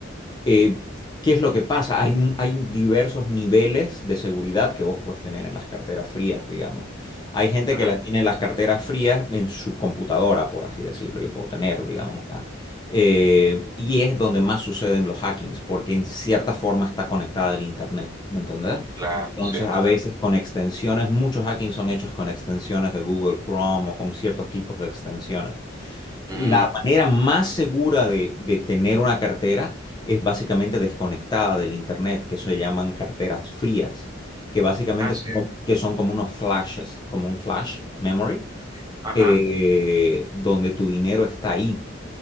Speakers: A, on the left; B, on the right.
A: eh, ¿qué es lo que pasa? Hay, hay diversos niveles de seguridad que vos puedes tener en las carteras frías, digamos. Hay gente
B: Ah,
A: que la tiene en las carteras frías en su computadora, por así decirlo, yo puedo tener, digamos,
B: ya.
A: acá. Eh, y es donde más suceden los hackings, porque en cierta forma está conectada al Internet, ¿me entendés?
B: Claro,
A: Entonces,
B: sí,
A: a
B: te entiendo.
A: veces con extensiones, muchos hackings son hechos con extensiones de Google Chrome o con ciertos tipos de extensiones.
B: Mm,
A: La manera más segura de, de tener una cartera es básicamente desconectada del internet, que se llaman carteras
B: ya. ujú.
A: frías, que básicamente
B: Ah, sí,
A: son, como- que son como unos flashes, como un flash memory,
B: sí. Ajá.
A: eh, donde tu dinero está ahí.